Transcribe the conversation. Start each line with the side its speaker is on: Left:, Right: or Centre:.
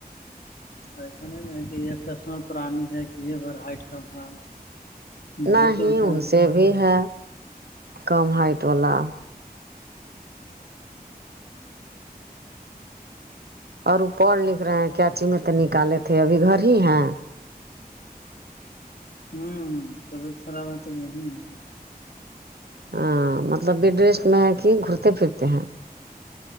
Left: ایسا نہیں ن کہ ایکسپشنل پرانی ہے کہ یہ بھر ہٹ کم ہے بہت
Right: نہیں ہی
Left: انسان
Right: ان سے بھی ہے کم ہائٹ والا اور وہ پڑھ لکھ رہے ہیں کیاچی میں تو نکالے تھے ابھی گھر ہی ہے
Left: ہوں طبیعت خراب ہے تو گھر ہی ہوں
Right: ہ مطلب بدیش میں ہے کہ گھومتے پھرتے ہیں